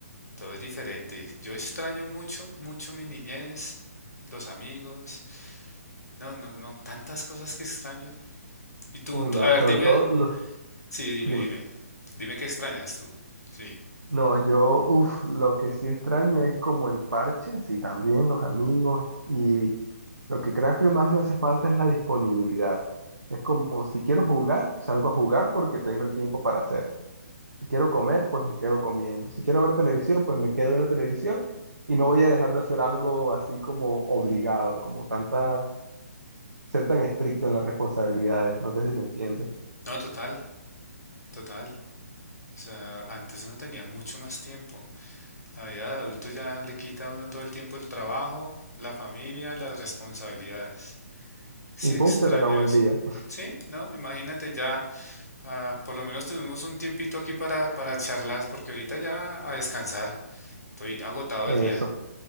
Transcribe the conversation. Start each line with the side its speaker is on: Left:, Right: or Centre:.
Left: todo es diferente. Yo extraño mucho, mucho mi niñez, los amigos. No, no, no, tantas cosas que extraño. Y tú,
Right: Uy,
Left: tú-
Right: no,
Left: a ver,
Right: sobre
Left: dime,
Right: todo los...
Left: sí, dime,
Right: Dime.
Left: dime, dime qué extrañas tú. Sí,
Right: No, yo, uff, lo que sí extraño es como el parche, sí, también los amigos, y lo que creo que más me hace falta es la disponibilidad. Es como, si quiero jugar, salgo a jugar porque tengo el tiempo para hacerlo. Si quiero comer, pues me quedo comiendo. Si quiero ver televisión, pues me quedo viendo televisión y no voy a dejar de hacer algo así como obligado, como tanta, ser tan estricto en las responsabilidades. No sé si me entiendes.
Left: no, total, total. O sea, antes uno tenía mucho más tiempo. La vida de adulto ya le quita a uno todo el tiempo el trabajo, la familia, las responsabilidades. Sí
Right: Y
Left: extraño
Right: pum, se te acabó
Left: eso.
Right: el día.
Left: Sí, no, imagínate ya, ah, por lo menos tuvimos un tiempito aquí para, para charlas, porque ahorita ya a descansar. Estoy agotado
Right: Eso.
Left: el día.